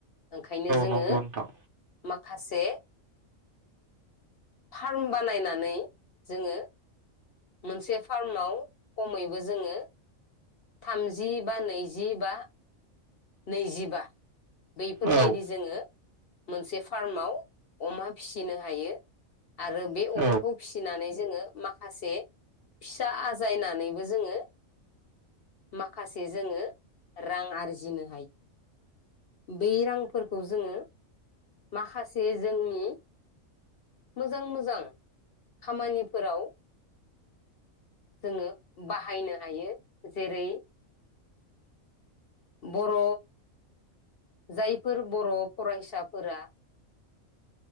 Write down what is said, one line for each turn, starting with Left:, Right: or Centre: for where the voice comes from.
Left: ओंखायनो जोङो
Right: नोंगौ नोंथां।
Left: माखासे फार्म बानायनानै जोङो मोनसे फार्माव खमैबो जोङो थामजि बा नैजि बा नैजिबा बैफोरबायदि
Right: औ
Left: जोङो मोनसे फार्माव अमा फिसिनो हायो आरो बे
Right: औ
Left: अमाखौ फिसिनानै जोङो माखासे फिसा आजायनानैबो जोङो माखासे जोङो रां आरजिनो बै रांफोरखौ जोङो माखासे जोंनि मोजां मोजां खामानिफोराव जोङो बाहायनो हायो जेरै बर' जायफोर बर' फरायसाफोरा